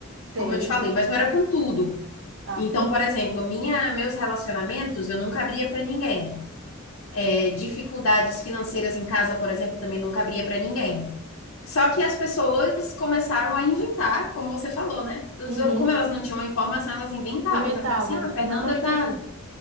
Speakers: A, on the right; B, on the left.
A: Sei,
B: Como eu te falei, mas não era com tudo.
A: sabe?
B: Então, por exemplo, minha, meus relacionamentos eu nunca abria pra ninguém é, dificuldades financeiras em casa, por exemplo, também não cabria para ninguém. Só que as pessoas começaram a inventar, como você falou, né?
A: Uhum.
B: Como elas não tinham a informação, elas inventavam.
A: Inventavam,
B: Então ficava assim: ah, a Fernanda
A: exatamente
B: tá.
A: assim.